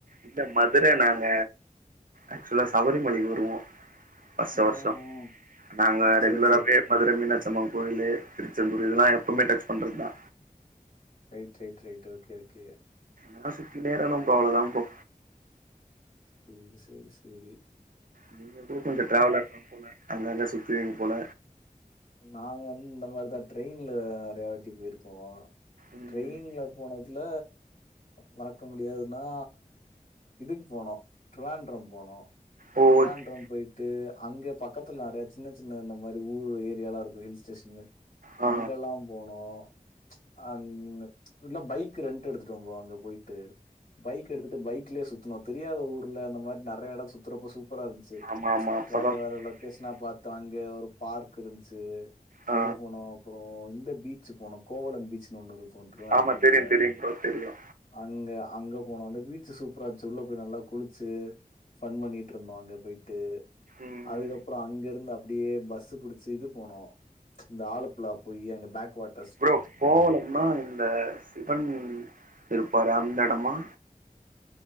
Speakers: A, on the right (about 70°); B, on the left (about 60°).
A: இல்ல மதுர நாங்க ஏக்சுவலா சபரிமலைக்கு வருவோ வருஷ
B: ம்
A: வருஷோ
B: ம்.
A: நாங்க
B: சரி
A: ரெகுலராவே
B: சரி.
A: மதுரை மீனாட்சி அம்மங் கோயிலு திருச்செந்தூர் இதெல்லா எப்பமே டச் பண்றதா
B: right right right okay okay
A: என்ன சுத்தினே இருக்கனும் ஃப்ரோ அவ்வளதாம் ஃப்ரோ
B: சூ சேரி சேரி
A: நீங்களு கொஞ்சோ டிரேவலர்தா அங்கங்க சுத்துவிங்க போல
B: நாங்க வந்து இந்த மார்தா ட்ரெயின்ல நறையா வாட்டி போயிருக்கோ
A: ம்
B: ட்ரெயின்ல போனதுல மறக்க முடியாதுன்னா இதுக்கு போனோ டிரேண்டரம் போனோ
A: ஓ
B: திருவாண்டரம்
A: ஓகே
B: போயிட்டு அங்க பக்கத்துல நறையா சின்ன சின்ன இந்த மாரி ஊரு இது எல்லா இருக்கு ஹில் ஸ்டேஷனு
A: ஆ
B: அங்கெல்லாம் போனோ ம்ச் அங்க ஃபுல்லா பைக்கு ரெண்ட்டு எடுத்துட்டுதா போவோ அங்க போயிட்டு பைக் எடுத்துட்டு பைக்லயே சுத்துனோ தெரியாத ஊர்ல அந்த மாரி நறையா எடோ சுத்துறப்ப சூப் சூப்பரா இருஞ்சு
A: ஆமா ஆமா ஆமா ஆமா
B: ம்ச்
A: அப்பதா
B: வேற வேற
A: சூப்பரா
B: லொக்கேஷனா
A: இருக்கு.
B: பாத்தோ அங்க ஒரு பார்க் இருஞ்சு
A: ஆ
B: அங்க போனோ அப்புறோ இந்த பீச்சு போனோ கோவலம் பீச்சு ன்னு ஒன்னு இருக்கு திருவாண்ட்ரம்ல
A: ஆமா தெரியு தெரியு ப்ரோ தெரியு
B: அங்க அங்க போனோ அந்த பீச்சு சூப்பரா இருஞ்சு உள்ள போய் நல்லா குளுச்சு கஃபன் பண்ணிட்டு இருந்தோ அங்க போயிட்டு
A: ம்
B: அதுக்கப்பறோ அங்க இருந்து அப்டியே பஸ்ஸு புடுச்சு சு இது போனோ இந்த ஆலப்புலா போயி அங்க பேக் வாட்
A: ப்ரோ கோவளம்னா இந்த சிவன் இருப்பாரு அந்த எடமா